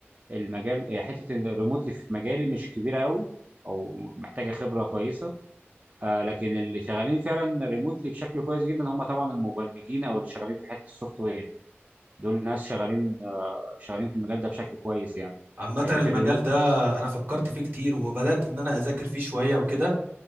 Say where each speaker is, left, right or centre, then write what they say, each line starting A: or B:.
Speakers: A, on the right; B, on the right.
A: المجال حته الريموتلي في مجالي مش كبيره قوي او محتاجه خبره كويسه آه لكن اللي شغالين فعلا ريموتلي بشكل كويس جدا هم طبعا المبرمجين او اللي شغالين في حته السوفت وير دول ناس شغالين آه شغالين في المجال ده بشكل كويس يعني
B: عامة
A: حته
B: المجال
A: الريموتلي
B: ده أنا فكرت فيه كتير وبدأت إن أنا أذاكر فيه شوية وكده